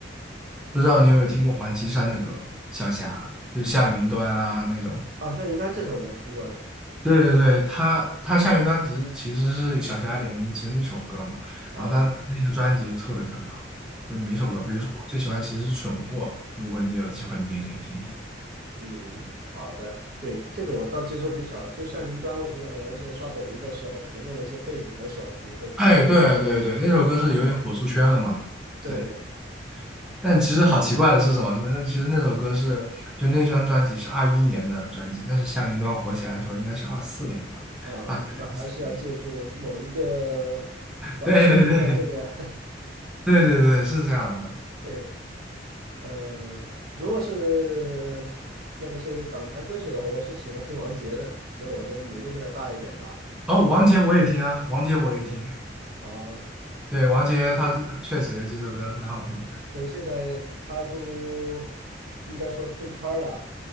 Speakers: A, in the centre; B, on the right.
A: 不知道你有没有听过黄绮珊的歌《小霞》，就向云端啊那种。
B: 哦，像云南这种的听过的，
A: 对对对，他他向云端只是其实是小霞二点零其中一首歌嘛，
B: 哦，
A: 然后他那个专辑就特别特别好，就每首歌，
B: 嗯嗯
A: 比如说我最喜欢其实是《蠢货》，如果你有机会你也可以听听。
B: 嗯，好的，对，这个我倒接受比较，少，就像云端，我只是偶然间刷抖音的时候，可能用了一些背景的时候，可能会听到这首
A: 哎，对对对，那首歌是有点火出圈了嘛，
B: 歌啊，对对
A: 对。但其实好奇怪的是什么？那那其实那首歌是就那张专辑是二一年的专辑，但是向云端火起来的时候应该是二四年吧，
B: 啊，
A: 二三
B: 那还是要借助某一个短视频的这个
A: 年。对对对，对对对，是这样的。
B: <laughs> 对，呃，如果是那个是港台歌曲的话，我是喜欢听王杰的，可能我的年龄会要大一点吧，
A: 哦，王杰我也听啊，王杰我也听。
B: 啊，
A: 对，王杰他确实有几首歌蛮好听的
B: 可是现在他都应该说退圈儿了，